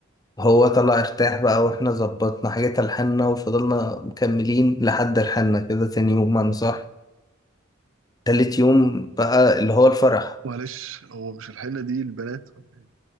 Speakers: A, on the left (about 20°); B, on the right (about 80°).
A: هو طلع ارتاح بقى واحنا ظبطنا حاجة تلحنا وفضلنا مكملين لحد الحنا كده تاني يوم انا صاحي تالت يوم بقى اللي هو الفرح
B: معلش هو مش الحنة دي البنات ولا إيه؟